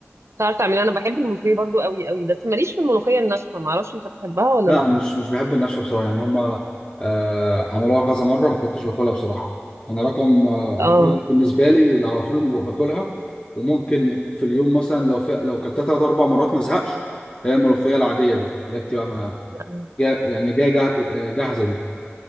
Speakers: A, on the right (about 80°); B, on the left (about 25°).
A: بتعرف تعملها انا بحب الملوخيه برضو قوي قوي بس ماليش في الملوخيه الناشفه ما اعرفش انت بتحبها ولا
B: لا
A: لا
B: مش مش بحب النشوة بصراحة يعني هما آه عملوها كذا مرة ما كنتش باكلها بصراحة أنا رقم آه
A: اه
B: يعني بالنسبة لي على طول باكلها وممكن في اليوم مثلا لو في لو كلتها تلات أربع مرات ما زهقش هي الملوخية العادية دي اللي هي بتبقى ما-
A: آه.
B: جا- يعني جاية جا- آه، جاهزة دي